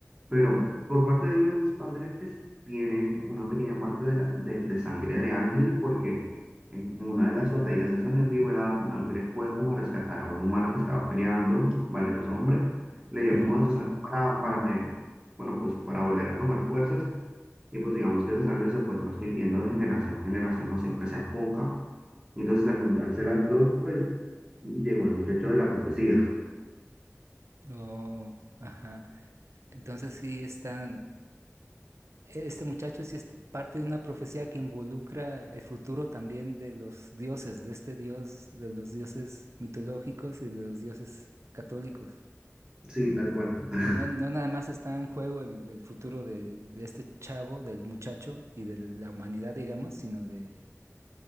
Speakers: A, on the right (about 20°); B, on the right (about 65°).
A: pero por parte de uno de sus padres tiene una pequeña parte de, la, de, de sangre de ángel, porque en, en una de las batallas esas de antigüedad, un ángel fue como a rescatar a un humano que estaba peleando, valeroso hombre, le dio
B: ujú.
A: como de su sangre para, para, que- bueno, pues para volver a tomar fuerzas, y pues digamos que esa sangre se fue transmitiendo de generación en generación, o sea, aunque sea poca entonces, al juntarse las dos, pues llegó el muchacho de la profecía.
B: Oh, ajá. Entonces sí están, e-, este muchacho sí es parte de una profecía que involucra el futuro también de los dioses, de este dios, de los dioses mitológicos y de los dioses católicos.
A: Sí, tal cual. <laughs>
B: No, no nada más está en juego el, el futuro de, de este chavo, del muchacho y de la humanidad, digamos, sino de,